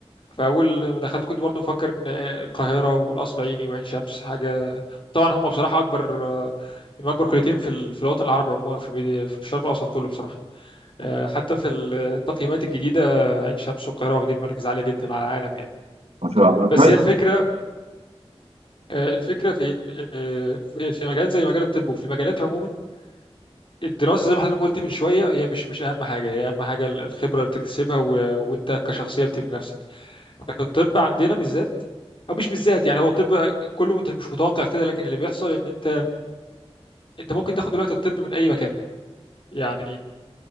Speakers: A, on the left; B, on the right.
A: فاول ما دخلت كنت برضو مفكر ان القاهره والقصر العيني وعين شمس حاجه طبعا هم بصراحه اكبر هم اكبر كليتين في ال- في الوطن العربي عموما في الميديا في الشرق الاوسط كله بصراحه آه، حتى في التقييمات الجديده عين شمس والقاهره واخدين مراكز عاليه جدا على العالم يعني
B: ما شاء الله كويس
A: بس هي الفكره آه، الفكره في إن- آه، في في مجال زي مجال الطب وفي المجالات عموما الدراسه زي ما حضرتك قلت من شويه هي مش مش اهم حاجه هي اهم حاجه ال- الخبره اللي بتكتسبها و- وانت كشخصيه بتبني نفسك في الطب عندنا بالذات او مش بالذات يعني هو الطب كله مت- مش متوقع كده لكن اللي بيحصل ان انت انت ممكن تاخد دلوقتي الطب من اي مكان يعني